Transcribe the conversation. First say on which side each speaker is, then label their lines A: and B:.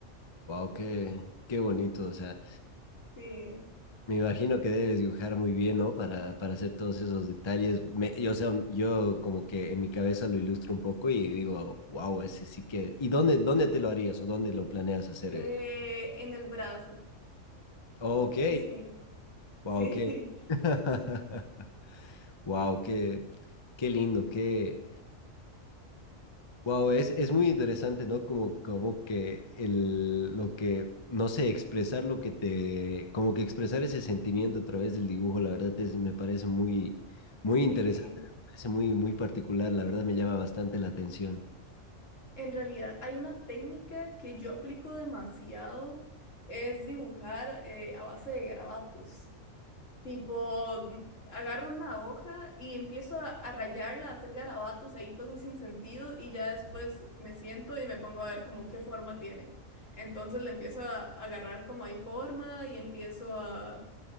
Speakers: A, on the left; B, on the left.
A: Wow, qué, qué bonito, o sea.
B: Sí.
A: Me imagino que debes dibujar muy bien, ¿no? Para, para hacer todos esos detalles. Me- yo, o sea, yo como que en mi cabeza lo ilustro un poco y digo, wow, ese sí que... ¿Y dónde, dónde te lo harías o dónde lo planeas hacer?
B: Eh,
A: El-
B: en el brazo.
A: Ok,
B: Sí,
A: wow,
B: sí,
A: qué...
B: <laughs>
A: <laughs> Wow, qué, qué lindo, qué... Wow, es, es muy interesante, ¿no? Como, como que el, lo que, no sé, expresar lo que te, como que expresar ese sentimiento a través del dibujo, la verdad es, me parece muy, muy interesante,
B: sí.
A: me parece muy, muy particular, la verdad me llama bastante la atención.
B: En realidad hay una técnica que yo aplico demasiado, es dibujar eh, a base de garabatos. Tipo, mm, agarro una hoja y empiezo a, a rayarla, a hacer garabatos ahí, cosas sin sentido, y ya después me siento y me pongo a ver como qué forma tiene. Entonces le empiezo a, a agarrar como hay forma y empiezo a,